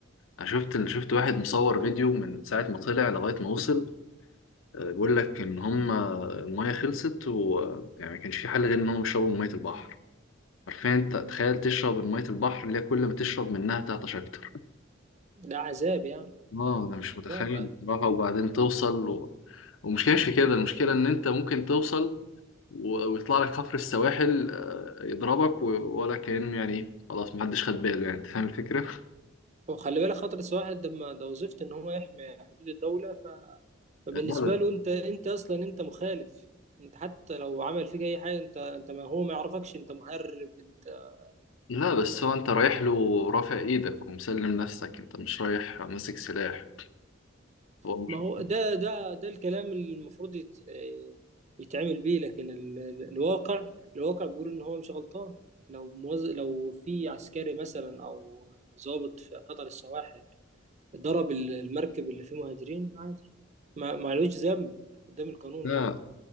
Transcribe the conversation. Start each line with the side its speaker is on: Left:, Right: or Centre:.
Left: انا شفت شفت واحد مصور فيديو من ساعه ما طلع لغايه ما وصل آه، بيقول لك ان هم المايه خلصت ويعني ما كانش في حل غير ان هم يشربوا من ميه البحر عارفين انت تخيل تشرب من ميه البحر اللي هي كل ما تشرب منها تعطش اكتر
Right: ده عذاب يعني
Left: اه انا مش متخيل
Right: عذاب
Left: بصراحه وبعدين توصل و... ومشكلة في كده المشكله ان انت ممكن توصل و... ويطلع لك حفر السواحل آه، يضربك و... ولا كأن يعني ايه خلاص محدش خد باله يعني انت فاهم الفكره؟
Right: وخلي بالك خطر السواحل ده ما- ده وظيفته ان هو يحمي حدود الدوله ف... فبالنسبه
Left: لا
Right: له انت انت اصلا انت مخالف انت حتى لو عمل فيك اي حاجه انت انت ما هو ما يعرفكش انت مهرب انت
Left: لا بس هو انت رايح له رافع ايدك ومسلم نفسك انت مش رايح ماسك سلاح هو مش
Right: ما هو ده ده ده الكلام اللي المفروض يت... يتعمل بيه لكن ال... ال- الواقع الواقع بيقول ان هو مش غلطان لو موز... لو في عسكري مثلا او ضابط في خطر السواحل ضرب ال- المركب اللي فيه مهاجرين عادي ما ما لهوش ذنب قدام القانون
Left: لا
Right: يعني